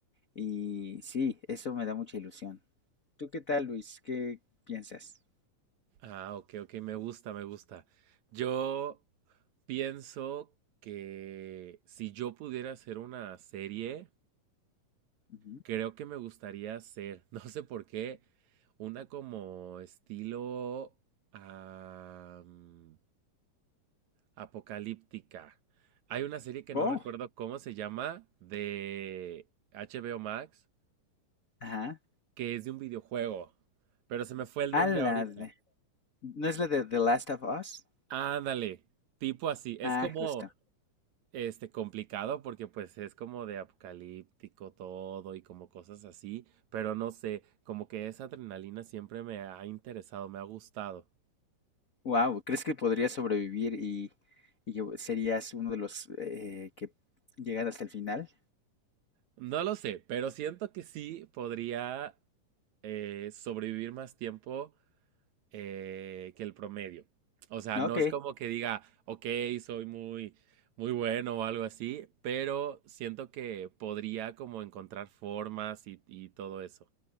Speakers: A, on the left; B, on the right.
A: Y sí, eso me da mucha ilusión. ¿Tú qué tal, Luis? ¿Qué piensas?
B: Ah, ok, ok, me gusta, me gusta. Yo pienso que si yo pudiera hacer una serie,
A: Ujú.
B: creo que me gustaría hacer, <laughs> no sé por qué, una como estilo am, apocalíptica. Hay una serie que
A: Oh,
B: no recuerdo cómo se llama, de HBO Max,
A: Ajá.
B: que es de un videojuego, pero se me fue el
A: Ah,
B: nombre
A: la
B: ahorita.
A: de- ¿No es la de The Last of Us?
B: Ándale, tipo así, es
A: Ah,
B: como
A: justo.
B: este complicado porque pues es como de apocalíptico todo y como cosas así, pero no sé, como que esa adrenalina siempre me ha interesado, me ha gustado.
A: Wow, ¿crees que podrías sobrevivir y, y que serías uno de los eh, que llegan hasta el final?
B: No lo sé, pero siento que sí podría eh, sobrevivir más tiempo eh, que el promedio. O sea,
A: No,
B: no
A: Ok,
B: es como que diga, ok, soy muy, muy bueno o algo así, pero siento que podría como encontrar formas y, y todo eso.